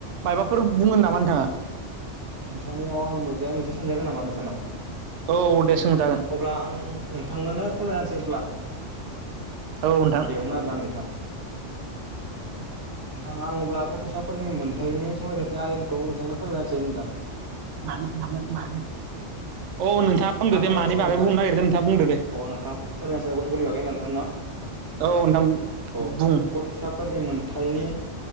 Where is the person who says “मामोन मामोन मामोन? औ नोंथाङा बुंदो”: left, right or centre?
Right